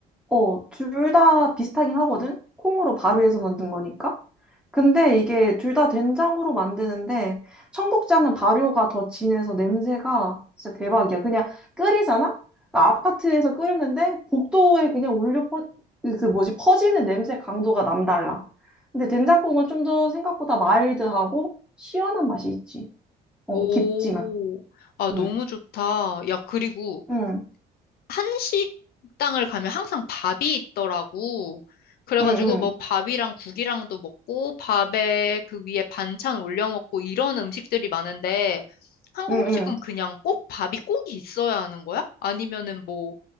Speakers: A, in the centre; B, on the left (about 65°).
A: 어, 둘 다 비슷하긴 하거든? 콩으로 발효해서 만든 거니까? 근데 이게 둘 다 된장으로 만드는데 청국장은 발효가 더 진해서 냄새가 진짜 대박이야. 그냥 끓이잖아? 그러니까 아파트에서 끓였는데 복도에 그냥 올려 퍼, 그 뭐지 퍼지는 냄새 강도가 남달라. 근데 된장국은 좀 더 생각보다 마일드하고 시원한 맛이 있지. 어,
B: 오,
A: 깊지만.
B: 아,
A: 응,
B: 너무 좋다. 야, 그리고
A: 응,
B: 한식당을 가면 항상 밥이 있더라고. 그래가지고
A: 응, 응,
B: 뭐 밥이랑 국이랑도 먹고 밥에 그 위에 반찬 올려 먹고 이런 음식들이 많은데 한국
A: 응,
B: 음식은
A: 응,
B: 그냥 꼭 밥이 꼭 있어야 하는 거야? 아니면은 뭐,